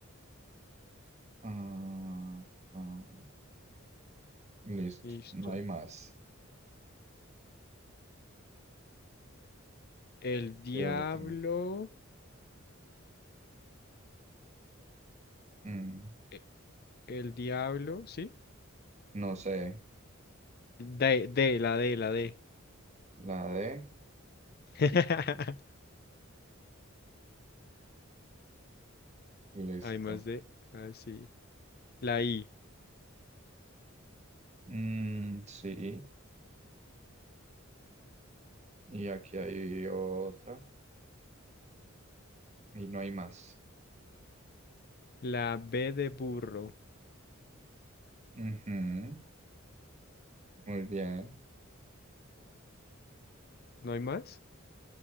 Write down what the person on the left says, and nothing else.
listo.
El diablo,
e- el diablo, ¿sí?
D, D, la D, la D.
<laughs>
Hay más D, así. La I,
la B de burro,
¿no hay más?